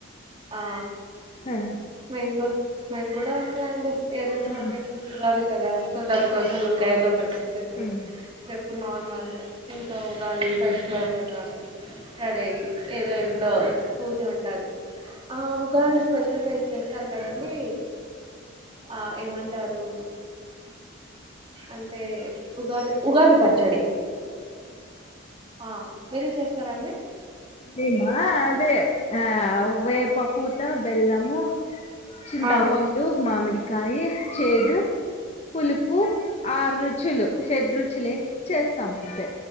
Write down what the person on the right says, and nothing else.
ఆ
మేము కూడ మేము కూడా అంతే అండి ఏదో షాపింగ్
కాదు కదా సో దానికోసం ఇంక ఎదొ ఒకటి డ్రస్ తీస్కొని
రేపు నార్మల్గా ఇంక ఉగాది పచ్చడి అలాగే ఇక్కడ ఏదో ఇంట్లో పూజ ఉంటది ఆ ఉగాది స్పెషల్ గా చేస్తారు కదా అండి ఆ ఏమంటారు అంటే ఉగాది ఉగాది పచ్చడి ఆ మీరే చేస్తారా అండి
ఆ